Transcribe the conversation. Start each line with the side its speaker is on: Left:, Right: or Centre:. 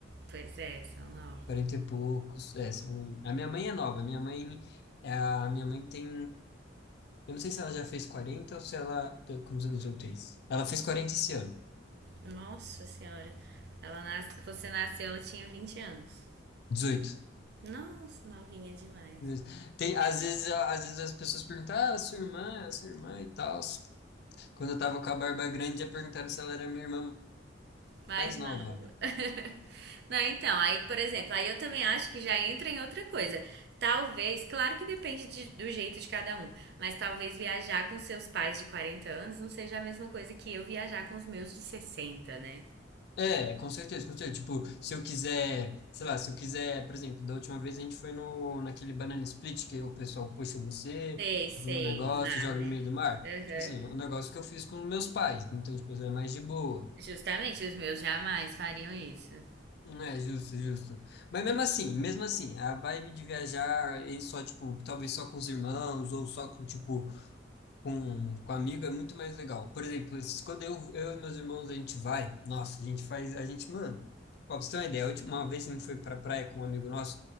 Right: Pois é, são novos.
Left: quarenta e poucos. É, são... A minha mãe é nova. A minha mãe. é A a minha mãe tem. Eu não sei se ela já fez 40 ou se ela. Quantos anos eu tenho? Ela fez 40 esse ano.
Right: Nossa senhora. Ela nas... Você nasceu, ela tinha 20 anos.
Left: dezoito.
Right: Nossa, novinha demais.
Left: 18. Tem, às vezes, às vezes as pessoas perguntam, ah, a sua irmã, a sua irmã e tal. Quando eu tava com a barba grande, já perguntaram se ela era minha irmã
Right: Mais
Left: mais nova.
Right: nova. <laughs> Não, então, aí, por exemplo, aí eu também acho que já entra em outra coisa. Talvez, claro que depende de- do jeito de cada um, mas talvez viajar com seus pais de 40 anos não seja a mesma coisa que eu viajar com os meus de sessenta né?
Left: É, com certeza, com certeza. Tipo, se eu quiser, sei lá, se eu quiser, por exemplo, da última vez a gente foi no, naquele banana split que o pessoal puxa você,
Right: Sei, sei,
Left: tipo, no negócio,
Right: no mar,
Left: joga
Right: né?
Left: no meio do mar.
Right: Aham.
Left: Tipo assim, um negócio que eu fiz com meus pais. Então, tipo, é mais de boa.
Right: Justamente, os meus jamais fariam isso.
Left: É, justo, justo. Mas mesmo assim, mesmo assim, a vibe de viajar em só, tipo, talvez só com os irmãos ou só com, tipo, com, com amigo é muito mais legal. Por exemplo, s- quando eu, eu e meus irmãos a gente vai, nossa, a gente faz, a gente, mano, pra você ter uma ideia, a última vez que a gente foi pra praia com um amigo nosso,